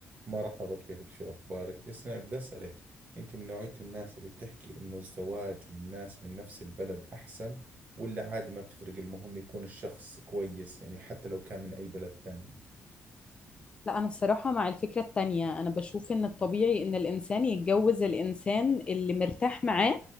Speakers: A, on the right (about 35°); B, on the left (about 25°).
A: مرحبا كيفك شو أخبارك؟ اسمعي بدي أسألك أنت من نوعية الناس اللي بتحكي إنه الزواج من ناس من نفس البلد أحسن ولا عادي ما بتفرق المهم يكون الشخص كويس يعني حتى لو كان من أي بلد ثانية؟
B: لا أنا بصراحة مع الفكرة التانية أنا بشوف إن الطبيعي إن الإنسان يتجوز الإنسان اللي مرتاح معاه